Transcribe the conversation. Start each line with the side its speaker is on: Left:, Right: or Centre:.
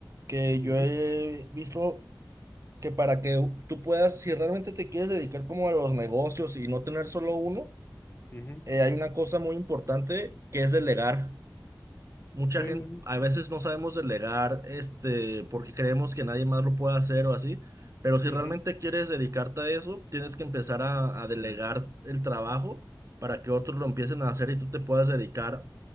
Right: que yo
Left: Ujú,
Right: he visto que para que tú puedas, si realmente te quieres dedicar como a los negocios y no tener solo uno,
Left: ujú.
Right: eh, hay una cosa muy importante que es delegar. Mucha
Left: Sí,
Right: gente,
Left: sí,
Right: a veces no sabemos delegar, este, porque creemos que nadie más lo puede hacer o así, pero si
Left: sí.
Right: realmente quieres dedicarte a eso, tienes que empezar a, a delegar el trabajo para que otros lo empiecen a hacer y tú te puedas dedicar,